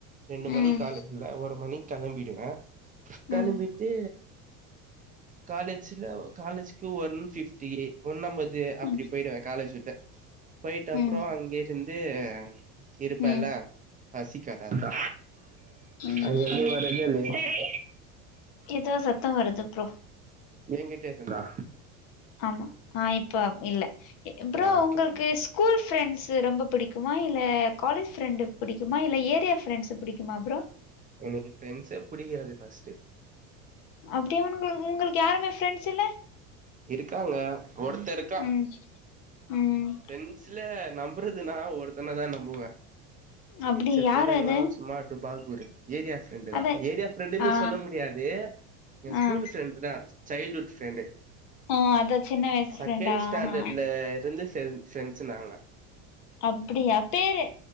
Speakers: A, on the right; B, on the left.
A: ரெண்டு மணி
B: ம்
A: காலேஜ்ல ஒரு மணி கெளம்பிடுவே களம்பிட்டு
B: ம்
A: காலேஜ்ல காலேஜ் கு ஒன் ஃபிஃப்டியெ ஒன்னம்பது அப்டி
B: ம்
A: போயிடுவே காலேஜ் விட்டு போயிட்டு அப்பறோ
B: ம்
A: அங்கே இருந் து இருப்பெல்ல
B: ம்
A: பசிக்காது அதா
B: ம்
A: அங்கேர்ந்து வரதே லேட் சரி
B: எதோ சத்தம் வருது ப்ரோ
A: எங்கிட்டேருந்தா
B: ஆமா ஆ இப்ப இல்ல ப்ரோ
A: ஆ ஓகே
B: உங்களுக்கு ஸ்கூல் ஃப்ரெண்ட்ஸு ரொம்ப புடிக்குமா இல்ல காலேஜ் ஃப்ரெண்ட் புடிக்குமா இல்ல ஏரியா ஃப்ரெண்ட்ஸு புடிக்குமா ப்ரோ
A: எனக்கு ஃப்ரெண்ட்ஸே புடிக்காது ஃபர்ஸ்ட்டு
B: அப்டியவனுங்கள் உங்களுக்கு யாருமே ஃப்ரெண்ட்ஸ் இல்ல
A: இருக்காங்க ஒருத்த இருக்கா
B: ம் ம்
A: ஃப்ரெண்ட்ஸ்ல நம் புறதுனா ஒருத்தனதா நம்புவே
B: அப்டி
A: மிச்ச
B: யார்
A: பேரேல்லா
B: அது
A: சும்மா டுபாக்கூர் <inaudible> ஏரியா ஃப்ரண்டுதா
B: அத
A: ஏரியா ஃப்ரண்டுன்னு
B: ஆ
A: சொல்ல முடியாது எ ஸ்கூல்
B: ஆ
A: ஃப்ரெண்டு் தா சைல்டு ஹூட் ஃப்ரெண்டு
B: ஆ அதா சின்ன வயசு
A: செகண்ட்
B: ஃப்ரெண்டா
A: ஸ்டாண்டர்ட்ல
B: ஆஹா
A: <unintelligible> டென்சென்ஸுநாங்க
B: அப்டியா பேரு